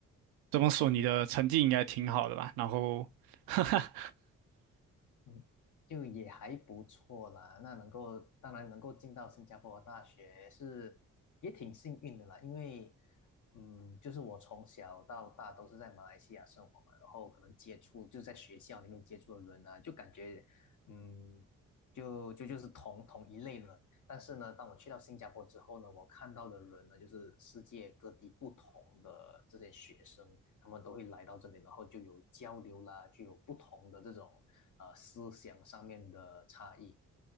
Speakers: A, on the right; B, on the left.
A: 这么说你的成绩应该挺好的吧？然后，<laughs> 哈哈。
B: 嗯就也还不错啦。那能够，当然能够进到新加坡的大学是也挺幸运的啦，因为，嗯，就是我从小到大都是在马来西亚生活嘛，然后可能接触就在学校里面接触的人啊，就感觉，嗯。就就就是同同一类人，但是呢，当我去到新加坡之后呢，我看到的人呢，就是世界各地不同的这些学生，他们都会来到这里，然后就有交流啦，就有不同的这种呃思想上面的差异。